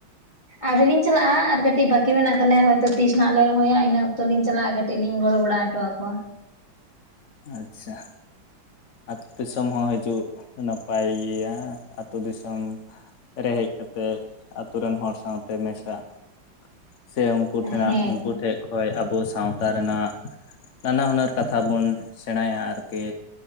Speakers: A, on the left; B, on the left.
A: ᱟᱣᱨᱤ ᱞᱤᱧ ᱪᱟᱞᱟᱜ-ᱟ ᱟᱨ ᱠᱟᱹᱴᱤᱡ ᱵᱟᱠᱤ ᱢᱮᱱᱟᱜ ᱛᱟᱞᱮᱭᱟ ᱦᱚᱭᱛᱚ ᱛᱤᱥ ᱱᱟᱦᱟᱜ ᱞᱮ ᱨᱚᱦᱚᱭᱟ ᱤᱱᱟᱹ ᱚᱠᱛᱚᱞᱤᱧ ᱪᱟᱞᱟᱜ-ᱟ ᱠᱟᱹᱴᱤᱡ ᱞᱤᱧ ᱜᱚᱲᱚ ᱵᱟᱲᱟ ᱦᱚᱴᱚ ᱟᱠᱚᱣᱟ᱾
B: ᱟᱪᱪᱷᱟ, ᱟᱛᱩ ᱫᱤᱥᱚᱢ ᱦᱚᱸ ᱦᱤᱡᱩᱜ ᱱᱟᱯᱟᱭ ᱜᱮᱭᱟ ᱟᱛᱩ ᱫᱤᱥᱚᱢ ᱨᱮ ᱦᱮᱡ ᱠᱟᱛᱮ ᱟᱛᱩ ᱨᱮᱱ ᱦᱚᱲ ᱥᱟᱶᱛᱮ ᱢᱮᱥᱟᱜ᱾ ᱥᱮ ᱩᱱᱠᱩ ᱴᱷᱮᱱᱟᱜ
A: ᱦᱮᱸ
B: ᱩᱱᱠᱩ ᱴᱷᱮᱡ ᱦᱳᱭ ᱟᱵᱚ ᱥᱟᱶᱛᱟ ᱨᱮᱱᱟᱜ ᱱᱟᱱᱟ ᱦᱩᱱᱟᱹᱨ ᱠᱟᱛᱷᱟ ᱵᱚᱱ ᱥᱮᱬᱟᱭᱟ ᱟᱨᱠᱤ᱾